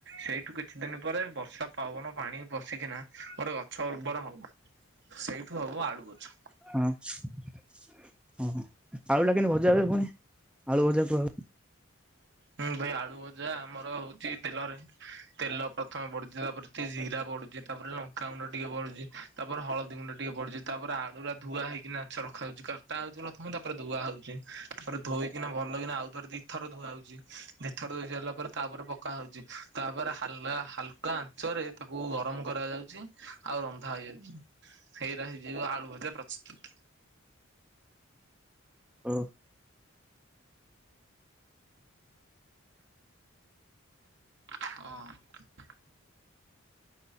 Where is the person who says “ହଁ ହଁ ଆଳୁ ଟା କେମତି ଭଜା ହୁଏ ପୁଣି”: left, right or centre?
Centre